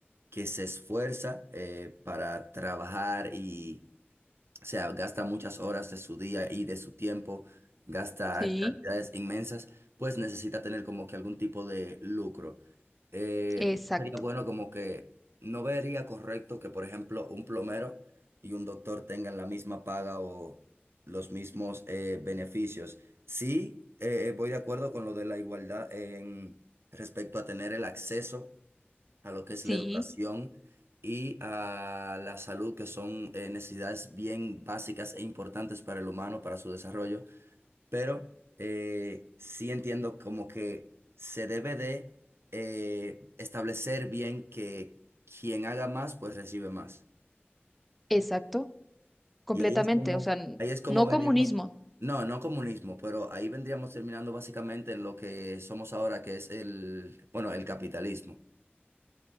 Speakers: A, on the right; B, in the centre.
A: que se esfuerza eh, para trabajar y O sea, gasta muchas horas de su día y de su tiempo, gasta
B: Sí,
A: cantidades inmensas, pues necesita tener como que algún tipo de lucro. Eh,
B: exacto.
A: sería bueno como que no vería correcto que, por ejemplo, un plomero y un doctor tengan la misma paga o los mismos eh, beneficios. Sí, eh, voy de acuerdo con lo de la igualdad en respecto a tener el acceso a lo que es
B: Sí,
A: la educación y a la salud, que son eh, necesidades bien básicas e importantes para el humano, para su desarrollo. Pero eh, sí entiendo como que se debe de eh, establecer bien que quien haga más, pues recibe más.
B: exacto, completamente,
A: Y ahí es como,
B: o sea, n-
A: ahí es como
B: no
A: venimos.
B: comunismo.
A: No, no comunismo, pero ahí vendríamos terminando básicamente en lo que somos ahora, que es el, bueno, el capitalismo,